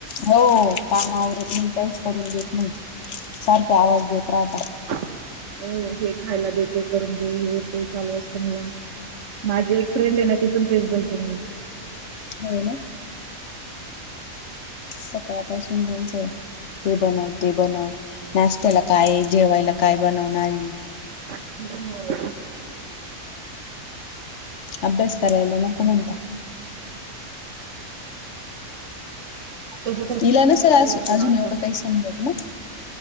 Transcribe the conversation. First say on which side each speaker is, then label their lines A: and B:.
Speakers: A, on the left; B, on the right.
A: हो काम आवरत नाहीी काहीच करून घेत नाही सारखे आवाज देत राहता
B: अ हे खायला देते करून दे येते चालू असतं मला माझी एक फ्रेंड आहे ना ती पण तेच बोलते
A: होय ना सकाळपासून त्यांचं हे बनव ते बनव नाशत्याला काय जेवायला काय बनवणारी
B: हम्.
A: अभ्यास करायला नको म्हणता.
B: तसंच असतं
A: हिला नसेल अजून
B: सर्व मुलांचं
A: एवढं काही समजत ना.